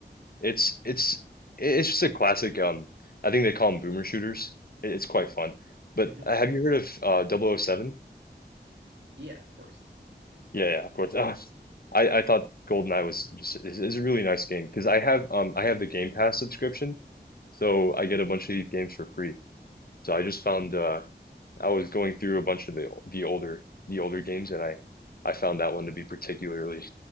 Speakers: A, on the left; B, on the right.
A: It's it's it's just a classic um I think they call them boomer shooters. It, it's quite fun. But
B: <laughs>
A: uh, have you heard of uh 007?
B: Yeah, of course.
A: Yeah, yeah, of course. Uh, <laughs> I I thought GoldenEye was just is, is a really nice game because I have um I have the Game Pass subscription. So I get a bunch of these games for free. So I just found uh I was going through a bunch of the the older the older games, and I I found that one to be particularly